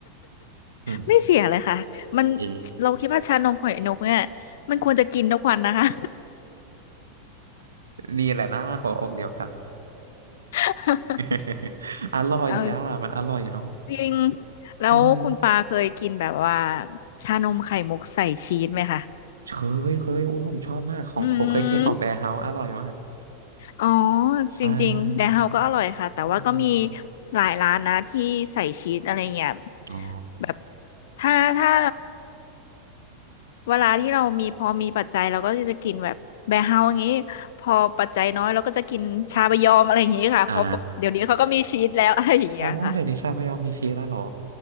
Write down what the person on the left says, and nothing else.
ไม่เสียเลยค่ะ มัน
เราคิดว่าชานมไข่นกเนี่ยมันควรจะกินทุกวันนะคะ
<laughs>
เอาจริง แล้วคุณปาเคยกินแบบว่า
ชานมไข่มุกใส่ชีสไหมคะ
อืมอ๋อ
จริงๆแดนเฮาก็อร่อยค่ะ แต่ว่าก็มี
หลายร้านนะที่ใส่ชีสอะไรเงี้ย
แบบถ้าถ้า เวลาที่เรามีพอมีปัจจัยเราก็จะกินแบบแบร์เฮาส์อย่างนี้พอปัจจัยน้อยเราก็จะกินชาบะยอมอะไรอย่างนี้ค่ะเพราะเดี๋ยวนี้เขาก็มีชีสแล้ว
<laughs> อะไรอย่างเงี้ยค่ะ